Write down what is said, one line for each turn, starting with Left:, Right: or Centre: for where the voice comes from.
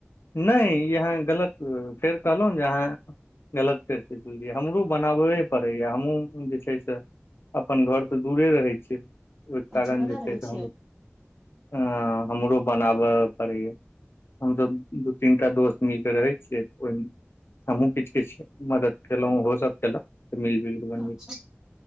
Left: नहि इ अहाँ गलत फेर कहलहु जे अहाँ गलत करिके बुझलियै हमरो बनाबे पड़ैए हमहूँ जे छै से अपन घरसँ दूरे रहै छियै ओहि
Right: अच्छा
Left: कारण
Right: कतऽ
Left: जे छैय
Right: रहै
Left: से
Right: छियै
Left: हम‌ अ हमरो बनाबय पड़ैए। हमसभ दू तीन टा दोस्त मिलके रहै छियै ओहिमे। हमहुँ किछ किछ मदद केलहुं ओहो सब केलक मिल जुलि
Right: अच्छा